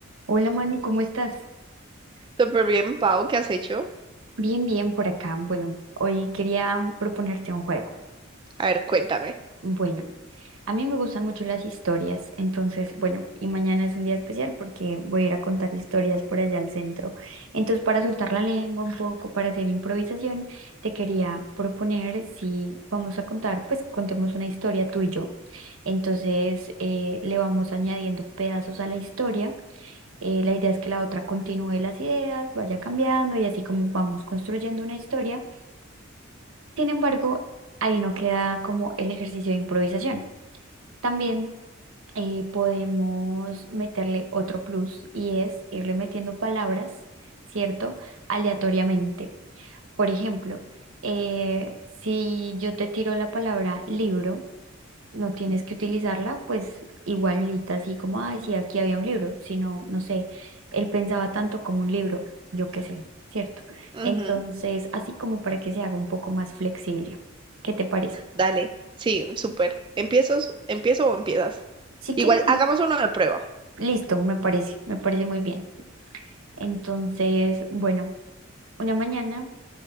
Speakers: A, on the right; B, on the right.
A: Hola Manu, ¿cómo estás?
B: Súper bien, Pau, ¿qué has hecho?
A: Bien, bien por acá. Bueno, hoy quería mm, proponerte un juego.
B: A ver, cuéntame.
A: Bueno, a mí me gustan mucho las historias, entonces, bueno, y mañana es un día especial porque voy a ir a contar historias por allá al centro. Entonces, para soltar la lengua un poco, para hacer improvisación, te quería proponer si vamos a contar, pues contemos una historia tú y yo. Entonces, eh, le vamos añadiendo pedazos a la historia Eh, la idea es que la otra continúe las ideas, vaya cambiando y así como vamos construyendo una historia. Sin embargo, ahí no queda como el ejercicio de improvisación. También eh, podemos meterle otro plus y es irle metiendo palabras, ¿cierto? Aleatoriamente. Por ejemplo, eh, si yo te tiro la palabra libro, no tienes que utilizarla, pues igualita, así como, ay, sí, aquí había un libro, sino, no sé, él pensaba tanto como un libro, yo qué sé, ¿cierto?
B: Ujú,
A: Entonces, así como para que se haga un poco más flexible. ¿Qué te parece?
B: Dale. Sí, súper. ¿Empiezo, empiezo o empiezas?
A: Si
B: Igual,
A: quieres, ah,
B: hagamos uno de prueba.
A: listo, me parece, me parece muy bien. Entonces, bueno, una mañana